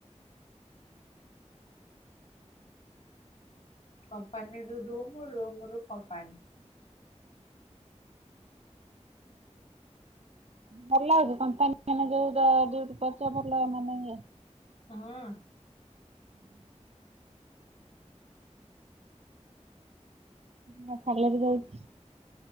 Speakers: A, on the left; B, on the right.
A: କମ୍ପାନୀରୁ ରୁମ ରୁମରୁ କମ୍ପାନୀ।
B: ଭଲ ଲାଗୁଛି କମ୍ପାନୀ ମାନେ ଯୋଉ ଦ ଯୋଉ ପଚ ଭଲ ମାନେ ଇଏ।
A: ହଁ।
B: ହୁଁ ନା ସାଲେରୀ ରହିଚି।